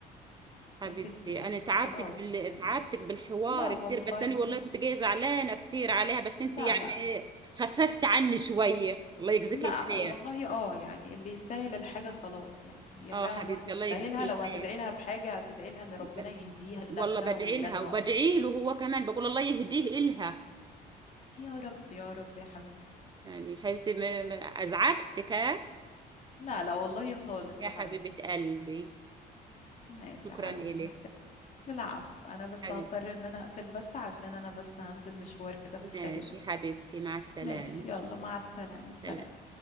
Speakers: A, on the right (about 25°); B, on the left (about 45°).
A: حبيبتي
B: يا ستي
A: انا تعبتك
B: خلاص
A: بال...
B: يعني
A: تعبتك بالحوار
B: لا والله
A: كتير بس انا والله كنت جايه زعلانه كتير عليها بس انت
B: لا
A: يعني
B: لا
A: ايه خففت عني شويه الله يجزيك
B: لا
A: الخير
B: والله اه يعني اللي يستاهل الحاجة خلاص يعني هي
A: اه
B: فعلا
A: حبيبتي
B: واحدة تستاهلها
A: الله يجزيك الخير
B: لو هتدعي لها بحاجة هتدعي لها ان ربنا
A: ب...
B: يهديها لنفسها
A: والله بدعي
B: ولولادها
A: لها وبدعي
B: اصلا
A: له هو كمان بقول الله يهديه إلها
B: يا رب يا رب يا حبيبتي
A: يعني حبيبتي ما... ما... ازعجتك ها
B: لا لا والله خالص
A: يا
B: يا
A: حبيبه
B: حبيبتي
A: قلبي
B: ماشي
A: شكرا
B: يا حبيبتي
A: إلك
B: محتاج العفو انا بس
A: حبيبتي
B: هضطر ان انا اقفل بس عشان انا بس هنزل مشوار كده في
A: ماشي
B: السريع
A: حبيبتي مع السلامه
B: ماشي يلا مع السلامة سلام
A: سلام